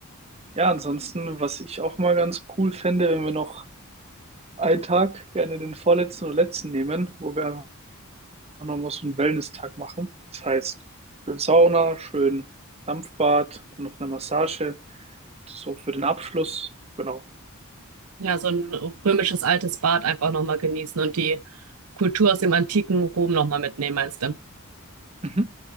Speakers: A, on the right (about 30°); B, on the right (about 80°).
A: ja, ansonsten, was ich auch mal ganz cool fände, wenn wir noch einen Tag, gerne den vorletzten oder letzten nehmen, wo wir einfach nochmal so einen Wellness-Tag machen. Das heißt, schön Sauna, schön Dampfbad und noch eine Massage. So für den Abschluss. Genau.
B: Ja, so ein römisches altes Bad einfach nochmal genießen und die Kultur aus dem antiken Rom nochmal mitnehmen, meinst du?
A: Mhm.